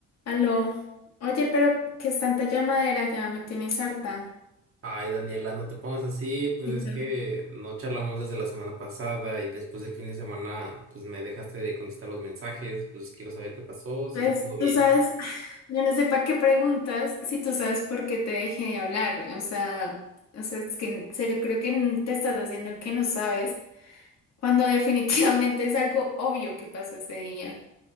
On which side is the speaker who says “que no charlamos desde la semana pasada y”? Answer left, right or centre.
Right